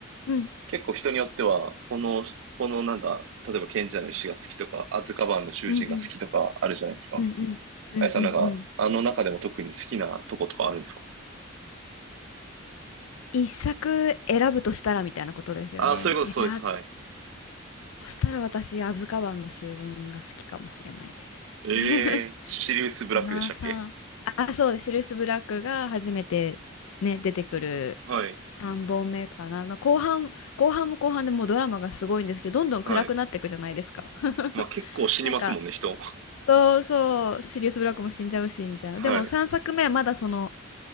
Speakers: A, on the left (about 80°); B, on the right (about 70°).
A: うん、
B: 結構人によっては、この、このなんだ、例えば賢者の石が好きとか、アズカバンの囚人が好きとかあるじゃないですか。
A: うんうん。うんうんうんうんうん
B: あやさんなんか、あの中でも特に好きなとことかあるんですか
A: 一作選ぶとしたらみたいなことですよね。
B: ああ、そういうこと、
A: いやー、
B: そうです、はい。
A: そしたら私、アズカバンの囚人が好きかもしれないですね。
B: ええー、
A: <laughs>
B: シリウスブラックでしたっけ
A: ガナーさん。あ、そう、シルス・ブラックが初めてね、出てくる
B: はい、
A: 3本目かな。まあ後半、後半も後半でもうドラマがすごいんですけど、どんどん暗くなっていくじゃないですか。
B: はい。まあ結構死にますもんね、
A: <laughs> なんか、
B: 人。<laughs>
A: そうそう、シリウス・ブラックも死んじゃうし、みたいな。
B: はい、
A: でも3作目はまだその、